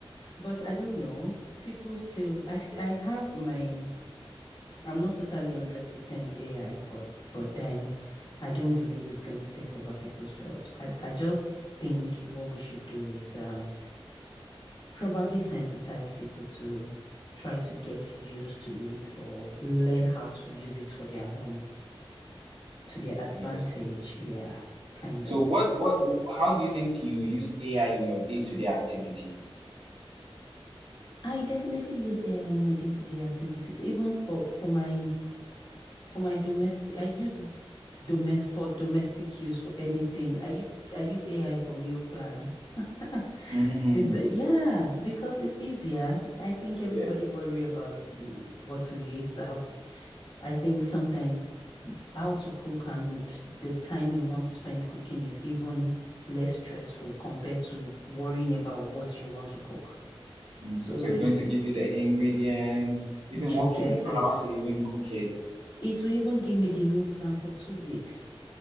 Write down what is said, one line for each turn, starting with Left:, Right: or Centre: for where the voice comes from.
Left: but I don't know. People still, I s- I have my. I'm not totally 100% AI, but but then I don't believe it's going to take over people's jobs. I I just think what we should do is um probably sensitize people to try to get used to it or learn how to use it for their own to their advantage.
Right: Yes.
Left: Yeah, kind
Right: So
Left: of.
Right: what what how do you think you use AI in your day-to-day activities?
Left: I definitely use AI in my day-to-day activities, even for for my for my domestic, I use it domestic for domestic use for anything. I use it, I use AI for meal plans. <laughs>
Right: Mhm.
Left: Is that yeah, because it's easier. I think everybody
Right: Yeah.
Left: worry about mm, what to eat, how to, I think sometimes how to cook and the time you want to spend cooking is even less stressful compared to worrying about what you want to cook.
Right: Mhm.
Left: So
Right: So
Left: it's,
Right: it's going to give you the ingredients, even
Left: you
Right: walk
Left: get
Right: you through
Left: it.
Right: how to even cook it,
Left: It will even give me the meal plan for two weeks.